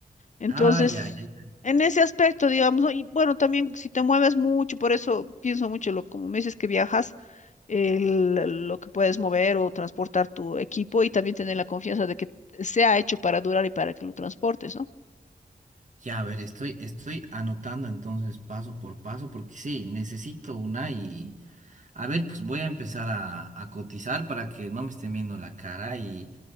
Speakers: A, on the left; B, on the right.
A: Entonces,
B: Ah, ya, ya, ya.
A: en ese aspecto, digamos, ¿no? Y bueno, también si te mueves mucho, por eso pienso mucho, lo, como me dices que viajas, el- lo que puedes mover o transportar tu equipo y también tener la confianza de que sea hecho para durar y para que lo transportes, ¿no?
B: Ya, a ver, estoy, estoy anotando entonces paso por paso porque sí, necesito una y a ver, pues voy a empezar a, a cotizar para que no me estén viendo la cara y